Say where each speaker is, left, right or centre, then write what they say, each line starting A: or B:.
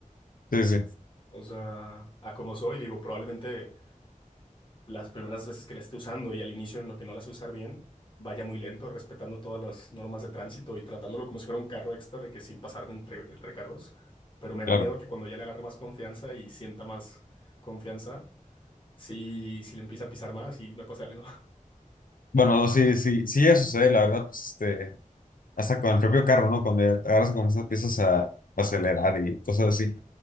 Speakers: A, on the left; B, on the left.
A: sí, sí,
B: O sea, a como soy, digo, probablemente las primeras veces que la esté usando y al inicio en lo que no la sé usar bien, vaya muy lento, respetando todas las normas de tránsito y tratándolo como si fuera un carro extra de que sin pasarme entre, entre carros, pero me da
A: claro.
B: miedo que cuando ya le agarre más confianza y sienta más confianza si, si le empieza a pisar más y me pasa algo. <laughs>
A: Bueno, no, sí, sí, sí, eso sucede, la verdad, pues, este, hasta con el propio carro, ¿no? Cuando ya te agarras con esas piezas a acelerar y cosas así.